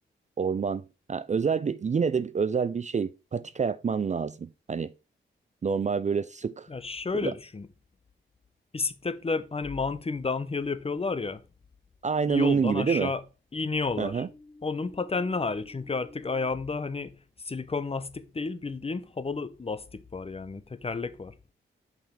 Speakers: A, on the right; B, on the left.
A: Orman. Ha, özel bir yine de bir özel bir şey patika yapman lazım. Hani normal böyle sık
B: Ya şöyle
A: böyle
B: düşün. Bisikletle hani mountain downhill yapıyorlar ya.
A: aynen
B: Bir yoldan
A: onun gibi
B: aşağı
A: değil mi?
B: iniyorlar.
A: Hı hı.
B: Onun patenli hali. Çünkü artık ayağında hani silikon lastik değil bildiğin havalı lastik var yani. Tekerlek var.